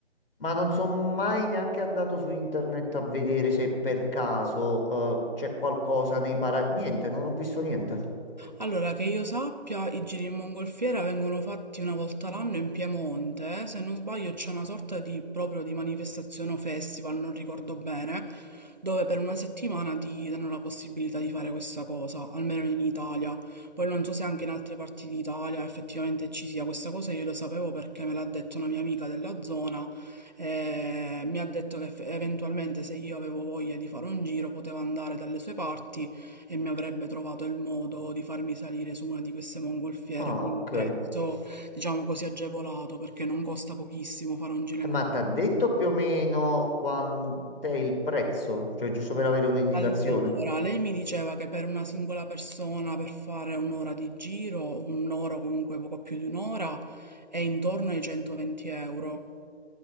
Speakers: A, on the left; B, on the right.
A: ma non sono mai neanche andato su internet a vedere se per caso eh, c'è qualcosa nei para... Niente, non ho visto niente.
B: Allora, che io sappia, i giri in mongolfiera vengono fatti una volta l'anno in Piemonte. eh. Se non sbaglio, c'è una sorta di proprio di manifestazione o festival, non ricordo bene, dove per una settimana ti danno la possibilità di fare questa cosa, almeno in Italia. Poi non so se anche in altre parti d'Italia effettivamente ci sia questa cosa, io lo sapevo perché me l'ha detto una mia amica della zona. e mi ha detto che eff- eventualmente se io avevo voglia di fare un giro potevo andare dalle sue parti e mi avrebbe trovato il modo di farmi salire su una di queste mongolfiere
A: Ah,
B: con
A: ok.
B: un prezzo, diciamo così, agevolato, perché non costa pochissimo fare un giro
A: Eh,
B: in...
A: Ma ti ha detto più o meno quant'è il prezzo? Cioè, giusto per avere un'indicazione.
B: Allora, lei mi diceva che per una singola persona per fare un'ora di giro, un'ora o comunque poco più di un'ora, è intorno ai 120 euro.